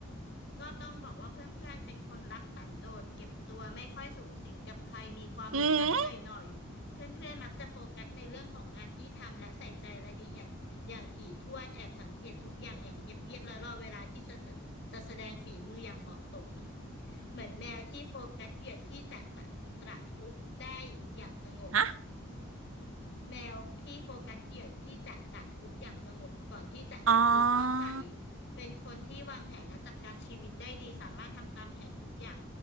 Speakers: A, on the left; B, on the right.
A: ก็ต้องบอกว่าเพื่อนๆ เป็นคนรักสันโดษเก็บตัวไม่ค่อยสูงสิงกับใครมีความลึกลับหน่อยๆ
B: อืม
A: เพื่อนๆมักจะโฟกัสในเรื่องของงานที่ทำและใส่ใจรายละเอียดอย่างถี่ถ้วนแอบสังเกตทุกอย่างอย่างเงียบๆ และรอเวลาที่จะจะแสดงฝีมืออย่างเหมาะสมเหมือนแมวที่โฟกัสเหยื่อที่จะกระตระทุบได้อย่างสงบ
B: ฮะ
A: แมวที่โฟกัสเหยื่อที่จะตะครุบอย่างสงบก่อนที่จะตะโกนเข้าใส่
B: อ๋อ
A: เป็นคนที่วางแผนและจัดการชีวิตได้ดีสามารถทำตามแผนทุกอย่าง